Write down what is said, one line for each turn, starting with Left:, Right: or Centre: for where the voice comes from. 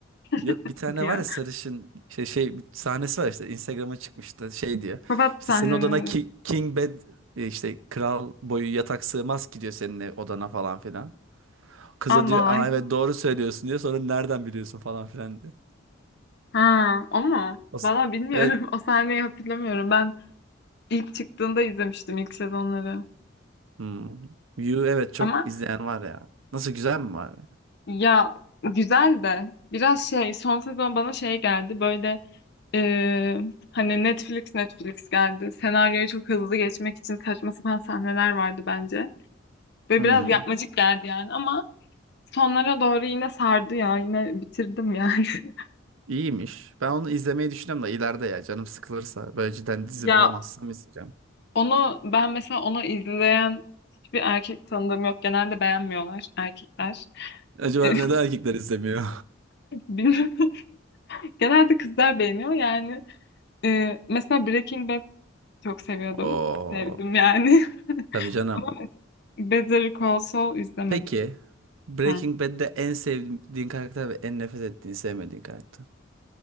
Left: <laughs>
Right: Yok bir tane
Left: diyor.
Right: var ya sarışın şey şey bir sahnesi var işte Instagram'a çıkmıştı şey diyor.
Left: Psikopat
Right: İşte
Left: sahneleri.
Right: senin odana ki, king bed e, işte kral boyu yatak sığmaz ki diyor senin ev- odana falan filan. Kıza
Left: Allah
Right: diyor Aa,
Left: Allah.
Right: evet doğru söylüyorsun diyor. Sonra nereden biliyorsun falan filan diyor.
Left: Ha, o mu?
Right: As-
Left: Valla bilmiyorum.
Right: Evet.
Left: <laughs> O sahneyi hatırlamıyorum. Ben İlk çıktığında izlemiştim ilk sezonları.
Right: Hmm. You evet çok
Left: Ama
Right: izleyen var ya. Nasıl güzel mi var?
Left: ya güzel de biraz şey son sezon bana şey geldi böyle e, hani Netflix Netflix geldi. Senaryoyu çok hızlı geçmek için saçma sapan sahneler vardı bence. Ve
Right: Hmm.
Left: biraz yapmacık geldi yani ama sonlara doğru yine sardı ya yine bitirdim yani. <laughs>
Right: İyiymiş. Ben onu izlemeyi düşünüyorum da ileride ya canım sıkılırsa böyle cidden dizi
Left: Ya
Right: bulamazsam izleyeceğim.
Left: onu ben mesela onu izleyen hiçbir erkek tanıdığım yok. Genelde beğenmiyorlar erkekler.
Right: Acaba
Left: <laughs>
Right: neden erkekler izlemiyor?
Left: Bilmiyorum. Genelde kızlar beğeniyor yani. Ee, mesela Breaking Bad çok seviyordum.
Right: <laughs> Oo,
Left: Sevdim yani. <laughs>
Right: tabii canım.
Left: Ama mesela Better Call Saul izlemedim.
Right: Peki Breaking
Left: Ha.
Right: Bad'de en sevdiğin karakter ve en nefret ettiğin sevmediğin karakter.